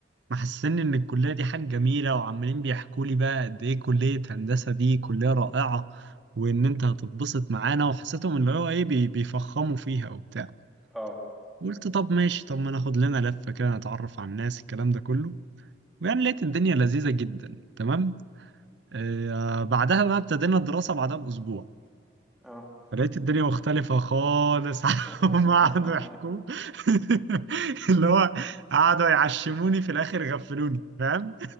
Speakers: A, on the right; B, in the centre.
A: محسسني إن الكلية دي حاجة جميلة وعمالين بيحكوا لي بقى قد إيه كلية هندسة دي كلية رائعة وإن أنت هتتبسط معانا وحسيتهم اللي هو إيه بي- بيفخموا فيها وبتاع
B: اه
A: قلت طب ماشي طب ما ناخد لنا لفة كده نتعرف على الناس الكلام ده كله ويعني لقيت الدنيا لذيذة جدا تمام آه بعدها بقى ابتدينا الدراسة بعدها بأسبوع
B: اه
A: فلقيت الدنيا مختلفة خالص
B: <laughs>
A: <laughs> عن هما قعدوا يحكوا <laughs> اللي هو قعدوا يعشموني في الآخر غفلوني فاهم